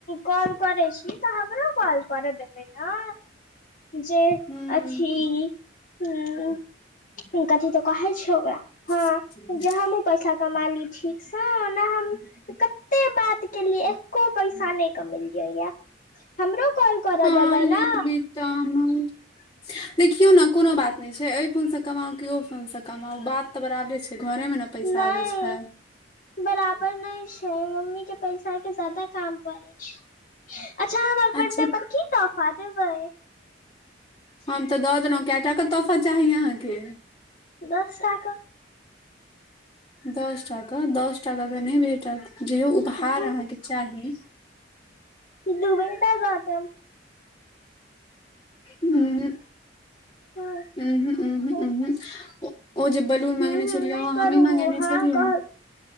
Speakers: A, on the left; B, on the left.
A: काॅल करै छी त हमरो कॉल कर दे देबै ना जे
B: हूँ
A: अथि उम्म कथी त कहै छै ओकरा हँ
B: <unintelligible>
A: जे <unintelligible> कमा ली ठीक स नै हम कत्ते बात केलियै, एको पैसा नहि त मिल जाइयै, हमरो कॉल करऽ
B: हँ
A: देबै न।
B: <unintelligible> देखियौ न कोनो बात नहि छै एहि फोनस कमाउ कि ओ फोनस कमाउ बात त बराबरे छै घरे मे न पैसा
A: नहि
B: अबै छै।
A: बराबर नहि छै मम्मी के पैसा के ज्यादा काम पड़ै छै, अच्छ
B: अच्छा
A: की तोफा देबै?
B: हम तऽ दऽ देलहुँ कैटा क तोफा चाही अहाँके।
A: दस टा क
B: दस टाक दस टाक त नहि भेटत, जेहो उपहार
A: दू
B: अहाँके चाही
A: दूएटा द देब।
B: ऊंऽऽऽ‌
A: हँ
B: उहूं उहूं
A: हूँ
B: उहूं। ओ जे बलून
A: हूँ
B: मंगेने छलियै
A: नहि
B: ओ
A: करू
B: हमही मंगेने
A: हँ
B: छलियै।
A: कह